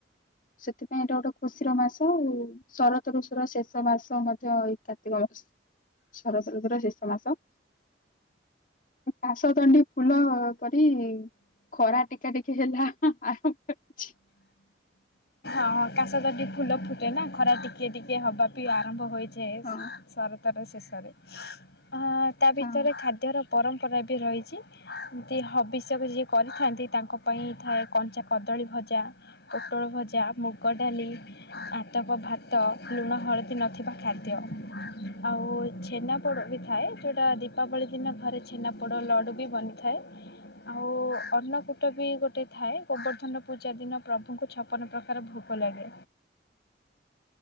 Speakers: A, on the left; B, on the left.
A: ସେଥିପାଇଁ ଏଇଟା ଗୋଟେ ଖୁସିର ମାସ ଆଉ। ଶରତ ଋଷୁର ଶେଷ ମାସ ମଧ୍ୟ ଏଇ କାର୍ତ୍ତିକ ମାସ ଶରତ ଋଷୁର ଶେଷ। ପଣସ ମାସ କାଶ ତଣ୍ଡି ଫୁଲ ପରି ଖରା ଟିକା ଟିକେ ହେଲା ଆରମ୍ଭ କରିଛି।
B: ହ କାଶ ତ ଟିକେ ଫୁଲ ଫୁଟେ ନା ଖରା ଟିକେ ଟିକେ ହବା ବିି ଆରମ୍ଭ ହୋଇଯାଏ।
A: ହଁ
B: ଶରତାର ଶେଷରେ ଅ ତା ଭିତରେ
A: ହଁ
B: ଖାଦ୍ୟର ପରମ୍ପରା ବି ରହିଛି। ଏମିତି ହବିଷ୍ୟକ ଯିଏ କରିଥାନ୍ତି ତାଙ୍କ ପାଇଁ ଥାଏ କଞ୍ଚା କଦଳୀ ଭଜା। ପୋଟଳ ଭଜା ମୁଗ ଡଲି ଆତପ ଭାତ ଲୁଣ ହଳଦୀ ନଥିବା ଖାଦ୍ୟ ଆଉ ଛେନାପୋଡ ବି ଥାଏ ଯୋଉଟା ଦୀପାବଳି ଦିନ ଘରେ ଛେନା ପୋଡ ଲଡୁ ବି ବନିଥାଏ। ଥାଏ। ଆଉ ଅନ୍ନ କୂଟ ବି ଗୋଟେ ଥାଏ ଗୋବର୍ଦ୍ଧନ ପୂଜା ଦିନ ପ୍ରଭୁଙ୍କୁ ଛପନ ପ୍ରକାର ଭୋ ଲାଗେ।